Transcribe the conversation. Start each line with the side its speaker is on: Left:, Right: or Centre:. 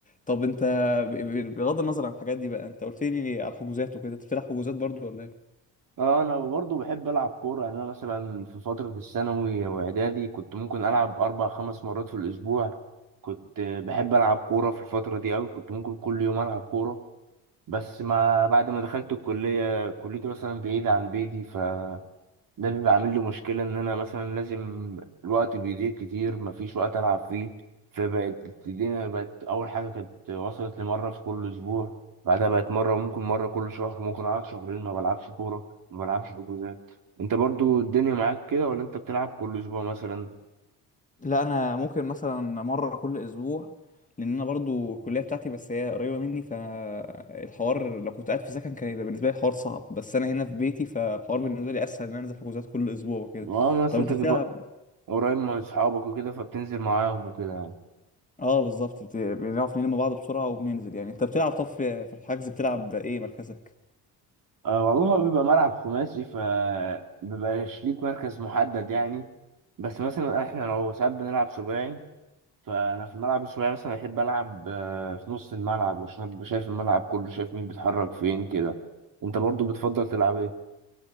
Left: طب أنت ب- ب- بغض النظر عن الحاجات دي بقى أنت قلت لي على الحجوزات وكده أنت بتلعب حجوزات برضه ولا إيه؟
Right: اه انا برضو بحب العب كوره يعني انا مثلا في فتره الثانوي واعدادي كنت ممكن العب اربع خمس مرات في الاسبوع كنت بحب العب كوره في الفتره دي قوي كنت ممكن كل يوم العب كوره بس ما بعد ما دخلت الكليه كليتي مثلا بعيده عن بيتي ف ده بيبقى عامل لي مشكلة إن أنا مثلا لازم الوقت بيضيع كتير مفيش وقت ألعب فيه فبقت الدنيا بقت أول حاجة كانت وصلت لمرة في كل أسبوع بعدها بقت مرة ممكن مرة كل شهر ممكن أقعد شهرين ما بلعبش كورة ما بلعبش حجوزات أنت برضو الدنيا معاك كده ولا أنت بتلعب كل أسبوع مثلا؟
Left: لا انا ممكن مثلا مره كل اسبوع لان انا برضو الكليه بتاعتي بس هي قريبه مني فالحوار لو كنت قاعد في سكن كان يبقى بالنسبه لي الحوار صعب بس انا هنا في بيتي فالحوار بالنسبه لي اسهل ان انا انزل حجوزات كل اسبوع وكده
Right: أه مثلا
Left: طب
Right: أنت
Left: انت
Right: بيبقى
Left: بتلعب
Right: قريب من أصحابك وكده فبتنزل معاهم وكده يعني
Left: اه بالظبط بت- بنعرف نلم بعض بسرعه وبننزل يعني انت بتلعب طب في في الحجز بتلعب ايه مركزك
Right: أه والله هو بيبقى ملعب خماسي فبيبقاش ليك مركز محدد يعني بس مثلا احنا لو ساعات بنلعب سباعي فانا في الملعب الصغير مثلا احب العب آه، في نص الملعب عشان ابقى شايف الملعب كله شايف مين بيتحرك فين كده انت برضو بتفضل تلعب ايه